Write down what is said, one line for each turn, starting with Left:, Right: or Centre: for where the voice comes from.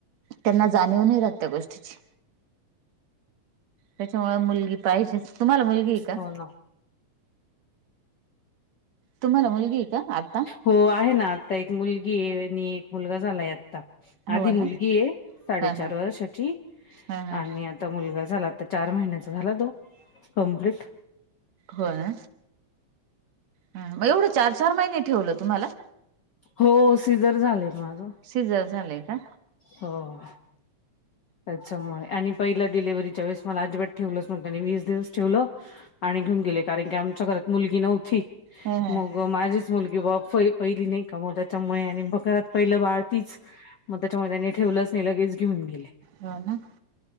Right: त्यांना जाणीव नाही राहत त्या गोष्टीची, त्याच्यामुळे मुलगी पाहिजेच. तुम्हाला मुलगी ये का?
Left: हो ना
Right: तुम्हाला मुलगी ये का आता?
Left: हो आहे ना आता एक मुलगी ये, आणि एक मुलगा झालाय आता.
Right: हो
Left: आधी मुलगी
Right: ना
Left: ये साडेचार
Right: हा हा
Left: वर्षाची,
Right: हा
Left: आणि
Right: हा
Left: आ ता मुलगा झाला आता चार महिन्याचा झाला तो कंप्लीट.
Right: होय? म एवढं चार चार महिने ठेवलं तुम्हाला?
Left: हो सिझर झालेल माझं.
Right: सिजर झालय का?
Left: हो. त्याच्यामुळे, आणि पहिल्या डिलिव्हरीच्या वेळेस मला अजिबात ठेवलंच नव्हतं आणि वीस दिवस ठेवलं आणि घेऊन गेले, कारण की आमच्या घरात मुलगी नव्हती
Right: हो हो.
Left: मग व माझीच मुलगी पहिली नाही का? त्यामुळे घरात पहिलं बाळ तीच, म त्याच्या मुळे त्यानी ठेवलंच नाही लगेच घेऊन गेले.
Right: हो ना.